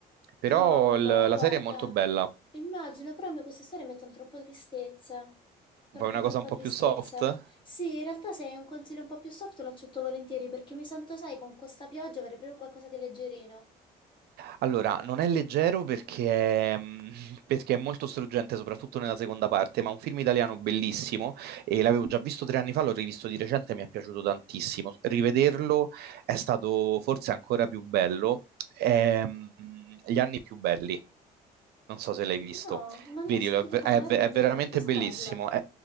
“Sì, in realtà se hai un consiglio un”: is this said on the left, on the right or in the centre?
Left